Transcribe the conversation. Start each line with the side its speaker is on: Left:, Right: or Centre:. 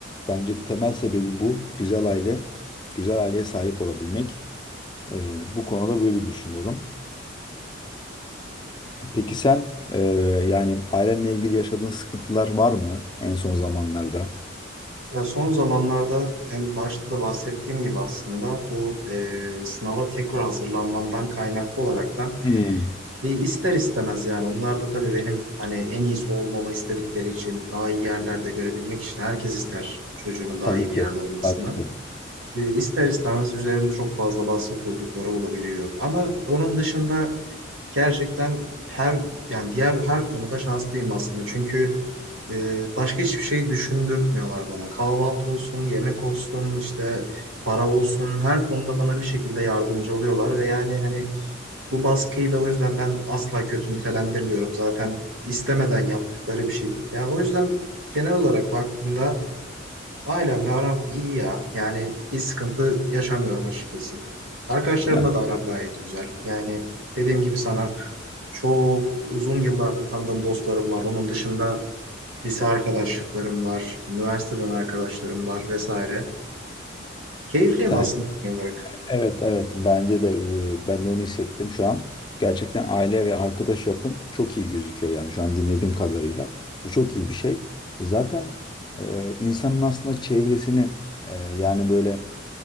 Left: Bence temel sebebi bu. Güzel aile, güzel aileye sahip olabilmek. Ee, bu konuda böyle düşünüyorum. Peki sen e, yani ailenle ilgili yaşadığın sıkıntılar var mı en son zamanlarda?
Right: Ya son zamanlarda en başta da bahsettiğim gibi aslında bu e, sınava tekrar hazırlanmamdan kaynaklı olaraktan
Left: Hmm.
Right: bir ister istemez yani onlar da tabii benim hani en iyisi olmamı istedikleri için daha iyi yerlerde görebilmek için herkes ister çocuğunun daha
Left: Tabii
Right: iyi bir
Left: ki.
Right: yerde olmasını.
Left: Tabii ki.
Right: E, ister istemez üzerimde çok fazla baskı kurdukları olabiliyor. Ama onun dışında gerçekten her yani diğer her konuda şanslıyım aslında. Çünkü e, başka hiçbir şey düşündürtmüyorlar bana. Kahvaltı olsun, yemek olsun, işte para olsun her konuda bana bir şekilde yardımcı oluyorlar ve yani hani bu baskıyı da o yüzden ben asla kötü nitelendirmiyorum. Zaten istemeden yaptıkları bir şey. Yani o yüzden genel olarak baktığımda Ailemle aram iyi ya. Yani bir sıkıntı yaşamıyorum açıkçası. Arkadaşlarımla
Left: Ya
Right: da aram gayet güzel. Yani dediğim gibi sana çok uzun yıllardır tanıdığım dostlarım var. Onun dışında lise arkadaşlıklarım var, üniversiteden arkadaşlarım var vesaire. Keyifliyim
Left: ta-
Right: aslında genel olarak.
Left: evet evet bence de e, ben de onu hissettim şu an. Gerçekten aile ve arkadaş yapın çok iyi gözüküyor yani şu an dinlediğim kadarıyla. Bu çok iyi bir şey. Zaten e, insanın aslında çevresini e, yani böyle